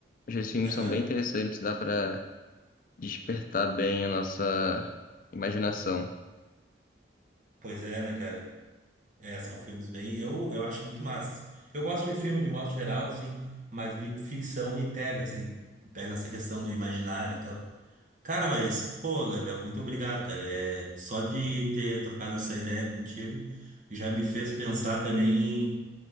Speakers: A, on the left (about 45°); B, on the right (about 40°).
A: Acho que esses filmes
B: Aham.
A: são bem interessantes, dá pra despertar bem a nossa imaginação.
B: Pois é, né, cara? É, são filmes bem. Eu, eu acho muito massa. assim. Eu gosto de filme de modo geral, assim, mas me- ficção me pega, assim. Me pega essa questão do imaginário e tal. Cara, mas, pô, Gabriel, muito obrigado, cara. É, só de ter trocado essa ideia contigo já me fez pensar também